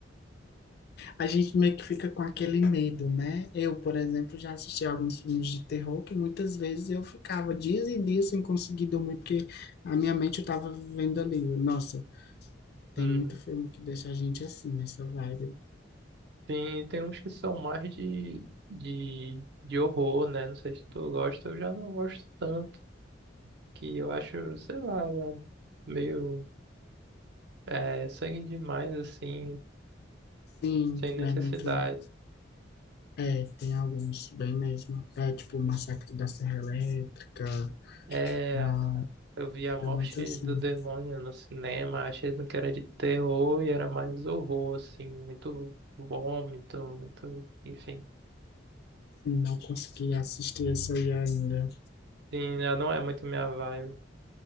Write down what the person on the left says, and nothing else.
A gente meio que fica com aquele medo, né? Eu, por exemplo, já assisti alguns filmes de terror que muitas vezes eu ficava dias e dias sem conseguir dormir, porque a minha mente eu estava vivendo ali. Nossa, tem
muito filme que deixa a gente assim, nessa vibe.
Sim,
não é muito. É, tem alguns bem mesmo. É tipo Massacre da Serra Elétrica.
Não,
é muito assim.
Sim, não consegui assistir esse aí ainda.